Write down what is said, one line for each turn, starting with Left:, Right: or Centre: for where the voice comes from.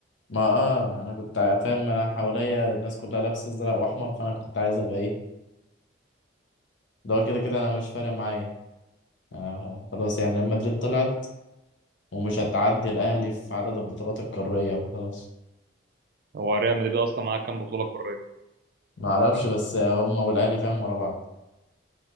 Left: ما اه انا كنت فاهم أنا حواليا الناس كلها لابسه ازرق واحمر فانا كنت عايز ابقى ايه ده هو كده كده انا مش فارق معايا آه خلاص يعني ريال مدريد طلعت ومش هتعدي الاهلي في عدد البطولات القاريه فخلاص
Right: هو ريال مدريد اصلا معاه كام بطولة قارية
Left: ما اعرفش بس هم والاهلي فاهم ورا بعض